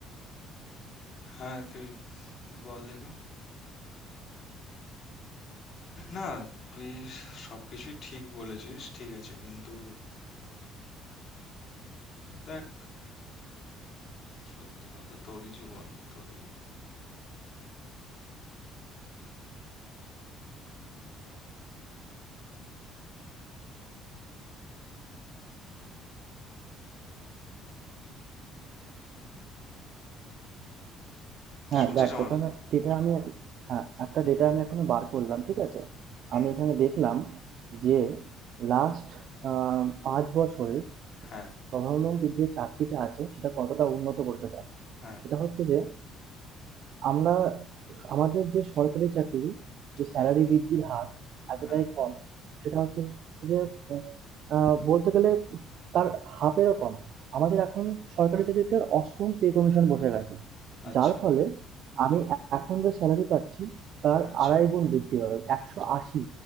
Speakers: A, on the left (about 50°); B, on the right (about 60°).
A: হ্যাঁ তুই বল দেখে না তুই সবকিছুই ঠিক বলেছিস ঠিক আছে কিন্তু দেখ সত্যি কথা তোরই জীবন তোরই
B: হ্যাঁ,
A: শুনছিস
B: দেখ
A: আমার
B: তোকে
A: কথা
B: আমি একটা ডেটা আমি এখন হ্যাঁ, একটা
A: হুম
B: ডেটা আমি এখনো বার করলাম, ঠিক আছে?
A: হুম
B: আমি এখানে দেখলাম যে লাস্ট আ ৫ বছরে
A: হ্যাঁ
B: গভর্নমেন্ট যে চাকরিটা আছে সেটা কতটা উন্নত করেছে তারা
A: হ্যাঁ
B: সেটা হচ্ছে যে আমরা স আমাদের যে সরকারি চাকরি, যে স্যালারি
A: হ্যাঁ
B: বৃদ্ধির হার এতটাই
A: হ্যাঁ
B: কম, সেটা হচ্ছে যে আ বলতে গেলে তার হাফ এরও কম। আমাদের এখন সরকারি চাকরিতে ৮ম পে কমিশন বসে গেছে।
A: আচ্ছা
B: যার ফলে আমি এ এখন যে স্যালারি পাচ্ছি তার ২.৫
A: আচ্ছা
B: গুণ বৃদ্ধি পাবে। ১৮০